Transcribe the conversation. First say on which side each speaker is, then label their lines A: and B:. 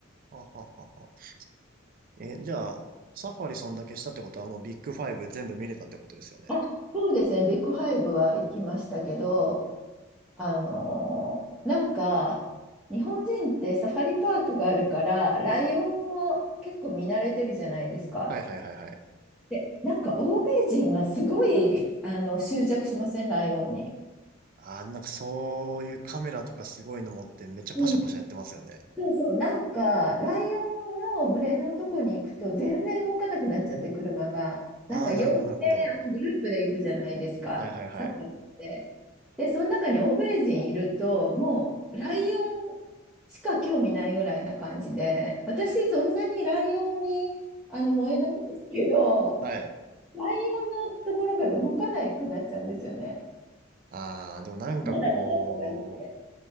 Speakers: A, on the right (about 45°); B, in the centre.
A: はははは。えーじゃあ、サファリそんだけしたってことはもうビッグファイブ全部見れたってことですよね。
B: あ、そうですね。ビッグファイブは行きましたけど、あのーなんか、日本人ってサファリパークがあるから、ライオンを結構見慣れてるじゃないですか。
A: はいはいはいはい。
B: で、なんか欧米人がすごい、あの、執着しません、ライオンに。
A: あー、なんかそういうカメラとかすごいの持ってめっちゃパシャパシャやってますよね。
B: うん。そうそう、なんか、ライオンの群れのとこに行くと、全然動かなくなっちゃって、車が。なんか、
A: ああ、
B: 4であのグループで行くじゃないですか、
A: なるほど、なるほど。はいはいはい。
B: サファリって。で、その中に欧米人いると、もう、ライオンしか興味ないぐらいな感じで、私、そんなにライオンにあの燃えないんですけど、
A: はい。
B: ライオンのところから動かなくなっちゃうんですよね。
A: ああ、でもなんかこ
B: まだまだとか言って。